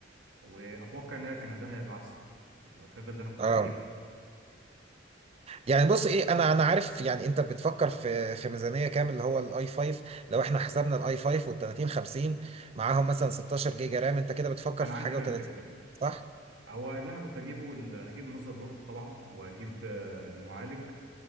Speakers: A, on the right (about 65°); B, on the right (about 30°).
A: وأتوقع إن هي كان ده هيبقى أحسن الأي 5 اللي أنا كنت
B: اه
A: هجيبه
B: يعني بص ايه انا انا عارف يعني انت بتفكر في في ميزانيه كام اللي هو الاي 5 لو احنا حسبنا الاي 5 وال 30 50 معاهم مثلا 16 جيجا رام انت كده بتفكر
A: أنا
B: في
A: عندي
B: حاجه
A: رام
B: و30
A: كده كده
B: صح
A: هو اللي أنا كنت هجيبه ال- هجيب ماذر بورد طبعا وهجيب آه، المعالج